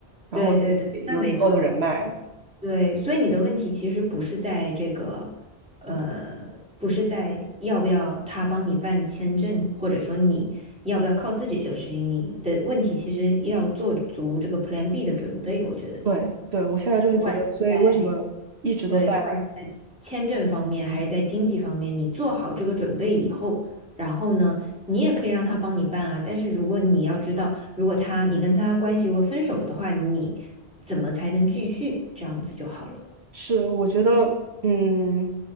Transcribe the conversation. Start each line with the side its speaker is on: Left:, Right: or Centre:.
Right: 然后
Centre: 对对对，那没错，
Right: 有足够的人脉？
Centre: 对。所以你的问题其实不是在这个，呃，不是在要不要他帮你办签证，或者说你要不要靠自己这个事情，你的问题其实要做足这个 Plan B 的准备，我觉得。
Right: 对，对，我现在就是觉得，
Centre: 不管是在
Right: 所以为什么一直都在。
Centre: 对，不管是在签证方面还是在经济方面，你做好这个准备以后，然后呢，你也可以让他帮你办啊。但是如果你要知道，如果他你跟他关系如果分手了的话，你怎么才能继续？这样子就好了。
Right: 是，我觉得，嗯，